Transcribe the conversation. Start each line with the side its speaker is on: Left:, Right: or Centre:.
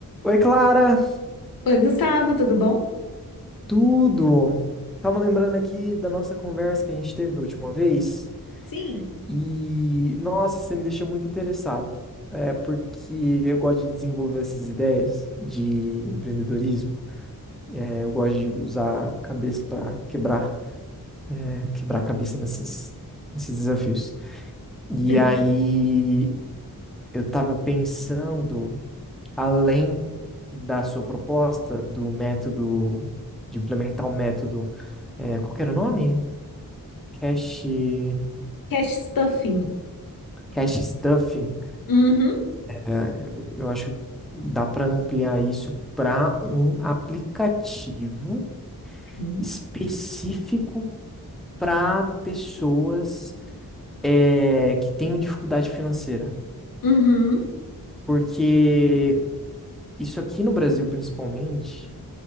Centre: Oi, Clara,
Left: Oi, Gustavo, tudo bom?
Centre: tudo? Tava lembrando aqui da nossa conversa que a gente teve da última vez
Left: Sim.
Centre: e, nossa, você me deixou muito interessado. É porque eu gosto de desenvolver essas ideias de empreendedorismo. É, eu gosto de usar a cabeça para quebrar, é, quebrar a cabeça nessas, nesses desafios. E
Left: <laughs>
Centre: aí eu tava pensando além da sua proposta do método, de implementar um método, é, qual que era o nome? Cache,
Left: Cash stuffing.
Centre: cache stuffing.
Left: Uhum,
Centre: É, eu eu acho que dá para ampliar isso para um aplicativo
Left: Uhum.
Centre: específico para pessoas é, que tenham dificuldade financeira.
Left: uhum,
Centre: Porque isso aqui no Brasil, principalmente,